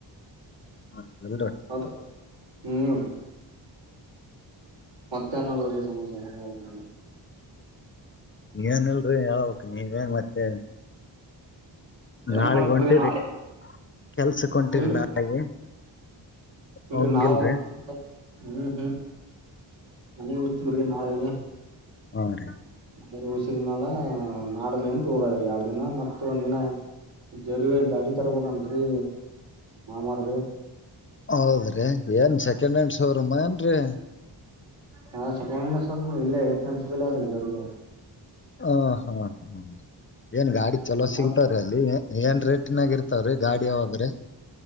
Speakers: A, on the left (about 30°); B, on the right (about 85°).
A: <unintelligible>
B: ಹೌದ ಹ್ಮ್ ರೀ ಮತ್ತೆ ಏನ್ ನೋಡುದ್ರಿ ಸಮಾಚಾರ ಹೇಳ್ಬೇಕ್ ನೀವೇ
A: ಏನಿಲ್ರಿ ಹೇಳ್ಬೇಕ್ ನೀವೇ ಮತ್ತೆ
B: ಏನ್
A: ನಾಳಗ್
B: ಮಾಡ್ಬೇಕ್ರಿ
A: ಹೊಂಟಿರಿ
B: ನಾಳೆ
A: ಕೆಲ್ಸಕ್ ಹೊಂಟಿರಿನಾಳೆಗೆ
B: ಇಲ್ರಿ ಇಲ್ರಿ
A: ಅವನ್ಗೆಲ್
B: ನಾವು
A: ರೇ
B: ಹ್ಮ್ ಹ್ಮ್ ಮನ ಹಸ್ತ ಬ್ರಿ ನಾಳೆಗೆ
A: ಹಾ ರೀ
B: ಬ ಉಸಿದ್ ಮಾಲ ನಾಡ್ ಎಂತ ಹೋಗಾದ್ರಿ ಎರಡ್ ದಿನ ಮತ್ತೆ ಇ ಒಂದಿನ ಜರಿಗ ಗಾಡಿ ತರಪ ಕಂತ್ರಿ ಮಾಮಾರದು
A: ಹೌದ್ರಿ ಏನ್ ಸೆಕೆಂಡ್ ಹ್ಯಾಂಡ್ ಶೋರೂಮ ಏನ್ರರಿ
B: ಹಾ ಸೆಕಂಡ ಹಂಡ ಸರ್ ಇಲ್ಲ ಜಾರ
A: ಹ ಹಾ ಹ್ಮ್ ಏನ್ ಗಾಡಿ ಚಲೋ
B: ಸುಮಾರ
A: ಸಿಗ್ತವ್ರೀ ಅಲ್ಲಿ ಏನ್ ರೇಟಿನಾಗ ಇರ್ತಾವ್ರೀ ಗಾಡಿ ಯಾವಾಗ್ರೆ